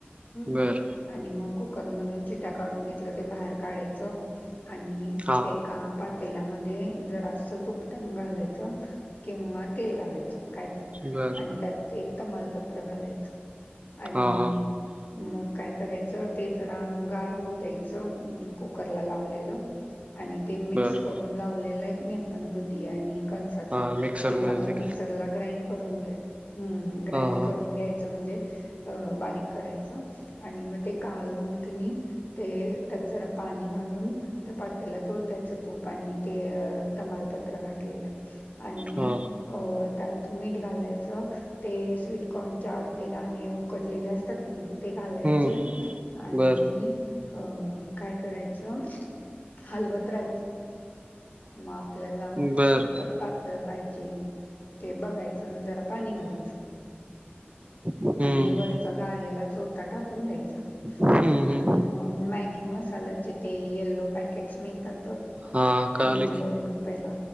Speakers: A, on the left; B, on the right.
A: हं
B: बर
A: आनी मग कुकर मधून शिट्या काढून घेतलं ते बाहेर काढायचं आणि
B: हा
A: एका तेलामध्ये जरा असं तुपटंग घालायचं किंवा तेल घालायचं. काय पण
B: बर
A: आणि त्यात एक तर मालपत्र घालायचं आणि...
B: हा हा
A: मग काय करायचं. ते जरा अंगार होऊ द्यायचं कुकरला लावलेलं.. आणि ते मिक्स
B: बर
A: करून लावलेलं आहे की नाही आपण दुधी आणि कंसाचं
B: हा मिक्सर
A: ते चांगलं
B: मध्ये
A: मिक्सरला ग्राइंड करून घ्या. हम्म ग्राईंड
B: हा हा
A: करून घ्यायचं म्हणजे अ बारीक.. करायच आनी मग तें गाळून कीं नाई तें त्यात जरा पानी घालून... पात्याला ओ तायच तूपनी ते तमालपत्र घातलेला. आणि
B: हा
A: अ त्यात मीठ घालाय चं ते स्वीटकॉर्नचे अर्धे दाणे उकडलेले असतात की नाही... ते घालायचे
B: हम्म
A: आणि
B: बर
A: अं काय करायचं? हलवत राहायचं. मग आपल्याला
B: बर
A: कितपत पातळ पाहिजे... ते बघायचं आणि जरा पाणी घालायचं
B: हम्म
A: आणि वरच गळलेलं.. चोथा टाकून द्यायचा,
B: हम्म हम्म
A: आनी मग मॅगी मसाला.. ते यल्लो पॅकेट्स मिळतात बघ.
B: हा कळालं
A: हम्म
B: की
A: दोन रुप्प्याला